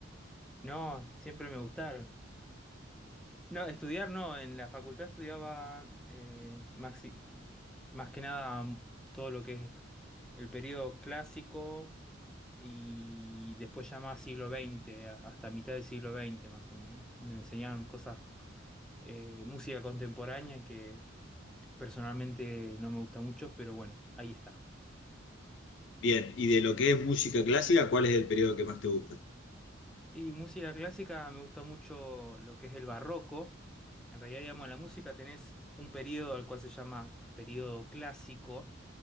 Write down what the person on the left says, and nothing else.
Bien, y de lo que es música clásica, ¿cuál es el periodo que más te gusta?